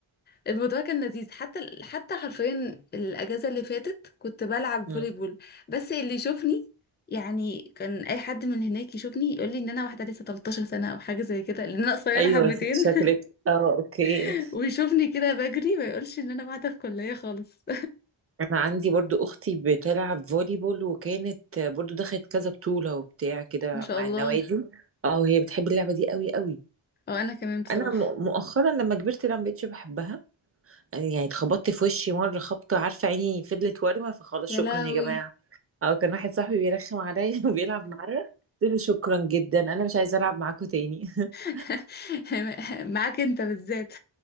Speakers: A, on the left; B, on the right.
A: الموضوع كان لذيذ حتى حتى حرفيا الاجازه اللي فاتت كنت بلعب
B: مم.
A: فولي بول بس اللي يشوفني يعني كان اي حد من هناك يشوفني يقول لي ان انا واحده لسه 13 سنه او حاجه زي كده لان انا قصيره
B: ايوه
A: حبتين
B: شكلك اه اوكي
A: <laughs> ويشوفني كده بجري ما يقولش ان انا قاعده في كليه خالص
B: انا عندي برضو اختي بتلعب فولي بول وكانت برضو دخلت كذا بطولة وبتاع كده
A: ما شاء
B: مع
A: الله
B: النوادي اه وهي بتحب اللعبة دي قوي قوي
A: او انا كمان بصراحة
B: انا م- مؤخرا لما كبرت لا ما بقتش بحبها يعني اتخبطت في وشي مرة خبطة عارفة عيني فضلت وارمة فخلاص
A: يا
B: شكرا
A: لهوي
B: يا جماعة او كان واحد صاحبي بيرخم عليا <laughs> وبيلعب معايا قلت له شكرا جدا انا مش عايزة العب معاكم تاني <laughs>
A: <laughs> معاك انت بالذات